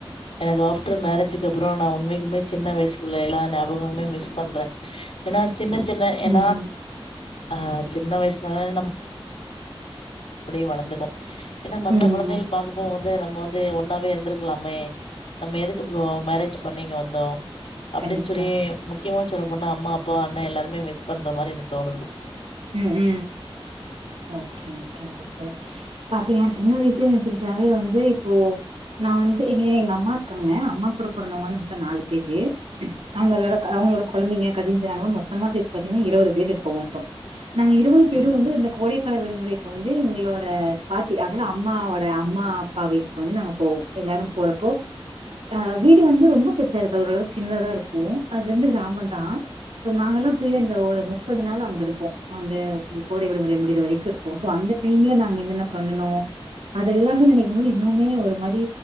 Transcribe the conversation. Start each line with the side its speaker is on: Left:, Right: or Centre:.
Left: எனக்கு ஆஃப்டர் மேரேஜிக்கப்பறோ நா உண்மைக்குமே சின்ன வயசுக்குள்ள எல்லா ஞாபகமுமே மிஸ் பண்றே ஏனா சின்ன சின்ன
Right: ம்
Left: ஏனா ஆ சின்ன வயசுலலா நம் அப்பிடியே வளந்துக்கோ ஏனா மத்த
Right: ம்
Left: கொழந்தைகள் பாக்கப்போ வந்து நம்ம வந்த் து ஒன்னாவே இருந்துருக்லாமே நம்ம எதுக்கு இப்போ மேரேஜ் பண்ணி இங்க வந்தோ அப்பிடின்
Right: கண்டிப்பா
Left: சொல்லி முக்யமா சொல்ல போனா அம்மா அப்பா அண்ணா எல்லாரையுமே மிஸ் பண்ற மாரி எனக் தோணுது
Right: ம் ம் ஓகே ஓகேங் சிஸ்டர் பாத்தீங்னா சின்ன வயசுன் எடுத்துக்கிட்டாவே வந்து இப்போ நா வந்து எங்க எங்க அம்மா இருக்காங்க அம்மா கூட பொறந்தவங்கனு பாத்தா நாலு பேரு நாங்க அதோட க அவங்களோட கொழந்தைங்க கசின்சு நாங்களா மொத்தமா சேத்து பாத்தீங்னா இருவது பேர் இருப்போ மொத்தோ நாங்க இருவது பேரு
Left: ம்
Right: வந்து அந்த கோடைக்கால விடுமுறைக்கு வந்து எங்ளோட பாட்டி அதுனா அம்மாவோட அம்மா அப்பா வீட்டுக்கு வந்து நாங்க போவோ எல்லாரு போறப்போ ஆ வீடு வந்து ரொம்ப பெருசா இருக்காது ஓரளவுக் சின்னதா இருக்கு அது வந்து கிராமொந்தா சோ நாங்கல்லா போயி அந்த ஒரு முப்பது நாள் அங்க இருப்போ அந்த கோடை விடுமுறை முடியிற வரைக்கு இரு போ சோ அந்த டைம்ல நாங்க என்னென்ன பண்ணுனோ அதெல்லாமே நெனைக்கும் போது இன்னுவுமே ஒரு மாரி